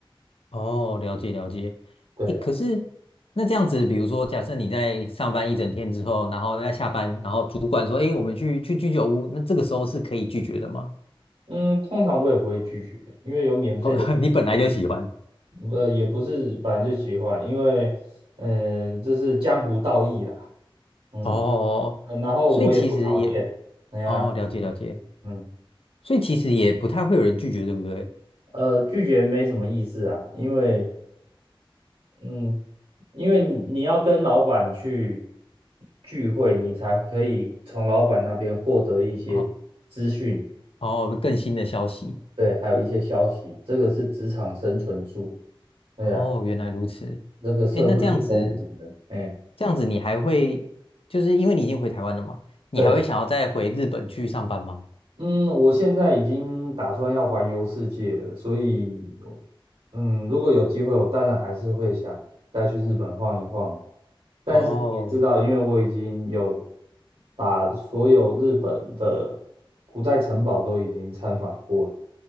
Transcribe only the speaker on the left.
哦，了解了解。
诶，可是那这样子，比如说，假设你在上班一整天之后，然后在下班，然后主管说：“诶，我们去去居酒屋。”那这个时候是可以拒绝的吗？
哦，<laughs> 你本来就喜欢。
哦，
所以其实也，
哦，了解了解。
所以其实也不太会有人拒绝，对不对？
哦哦，更新的消息。
哦，原来如此。
哎，那这样子，
这样子你还会，就是因为你已经回台湾了嘛，你还会想要再回日本去上班吗？
哦